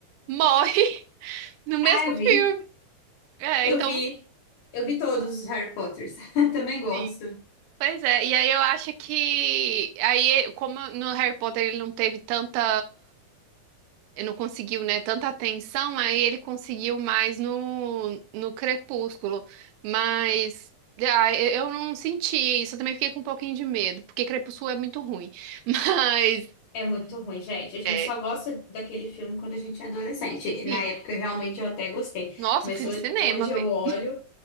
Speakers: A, on the right; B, on the left.
A: morre <laughs> no mesmo
B: Ah, eu vi,
A: filme. É,
B: eu
A: então.
B: vi, eu vi todos os Harry Potters, <laughs> também gosto.
A: Sim. Pois é, e aí eu acho que aí como no Harry Potter ele não teve tanta, ele não conseguiu, né, tanta atenção, aí ele conseguiu mais no no Crepúsculo, mas ah, eu eu não senti isso, eu também fiquei com um pouquinho de medo, porque Crepúsculo é muito ruim. <laughs> Mas
B: É muito ruim, gente. A gente
A: é,
B: só gosta daquele filme quando a gente é adolescente. Na
A: sim
B: época, eu realmente, eu até gostei.
A: nossa,
B: Mas
A: fui
B: ho-
A: no cinema
B: hoje
A: ver.
B: eu olho,